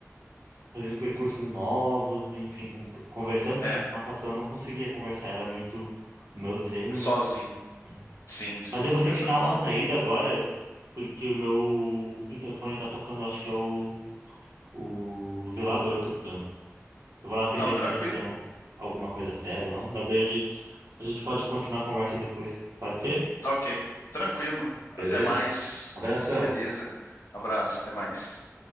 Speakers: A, on the right; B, on the left.
A: fazendo percursos novos, enfim, com- conversando, porque
B: É,
A: na natação eu não conseguia conversar, era muito o meu treino,
B: sozinho.
A: o meu treino.
B: Sim, sim,
A: Mas eu vou
B: é dessa
A: ter que dar
B: forma
A: uma saída
B: mesmo.
A: agora, porque o meu interfone tá tocando, acho que é o, o zelador tocando. Eu vou lá atender
B: Não, tranquilo.
A: pra ver se é alguma coisa séria ou não. Mas daí a gente, a gente pode continuar a conversa depois. Pode ser?
B: Tá ok. Tranquilo. Até
A: Beleza?
B: mais.
A: Abração.
B: Beleza. Abraço, até mais.